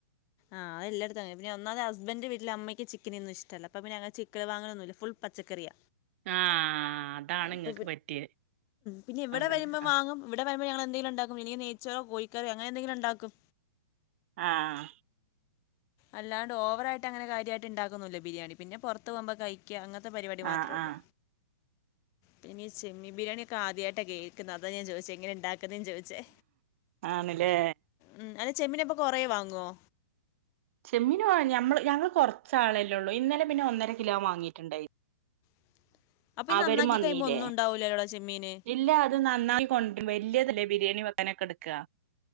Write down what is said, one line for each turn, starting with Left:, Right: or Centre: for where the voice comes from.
Left: ആഹ്ത എല്ലടത്തെ പിന്ന ഒന്നാമ ഹസ്ബൻഡന്റെ വീട്ടില് അമ്മയ്ക്ക്ക്കിനന്ന ഇഷ്ടല്ല അപ്പ പിന്നെ അന ചിക്കൻ വാങ്ങണൊന്നുമില്ല ഫുൾ പച്ചക്കറിയ
Right: ആഹ് അതാണ്
Left: ഇപ്പ
Right: ഇങ്ങക്ക് പറ്റിയത്
Left: പിന്നെ ഇവിടെ
Right: അതന്നെ
Left: വരുമ്പോ
Right: ആഹ്
Left: വാങ്ങും ഇവിടെ രുഞങ്ങ എന്തങ്കിലും ഉണ്ടാക്കും എനിക്ക് ന നേച്ചോറോ കോഴിക്കറോ അങ്ങനെന്തങ്കിലും ഉണ്ടാക്കും
Right: ആഹ്
Left: അല്ലാണ്ട് ഓവറായിട്ട് അങ്ങനെ കാര്യമായിട്ട് ഉണ്ടാക്കുന്നുില്ല ബിരിയാണ പിന്നെ പുറത്ത് പോുമ്പോ കിക്കുക അങ്ങ പരിപാടി മാത്രമേ
Right: ആഹ്
Left: ഉള്ളൂ
Right: ആഹ്
Left: പിന്ന ഈ ചെമ്മീൻ ബിരിയാണി ഒക്കെ ആദ്യമായിട്ടാണ് കേൾക്കുന്നത് അതാ ഞാൻ ചോദിച്ച എങ്ങനെ ഉണ്ടാക്കുന്നെ ക്കുന്നെ ചോദിച്ചേ
Right: ആണ്ല്ലേ
Left: ഉം അല്ല ചെമ്മീനിപ്പൊ കൊറേ വാങ്ങുവോ
Right: ചെമ്മീൻ വാ ഞമ്മ ഞങ്ങള് കൊറച്ച ആളെല്ലേ ഉള്ളു ഇന്നലെ പിന്നെ ഒന്നര കിലോ വാങ്ങിട്ടുണ്ടായി
Left: <inaudible>
Right: അവരും
Left: നന്നാക്കി
Right: വന്നില്ലേ
Left: കഴിയുമ്പോ ഒന്നും ഉണ്ടാവൂലല്ലോടാ ചെമ്മീന്
Right: ഇല്ല അത് നന്നായി കൊണ്ട് വരും വലിയതല്ല ബിരിയാണി വെക്കനൊക്കെ എടുക്കുക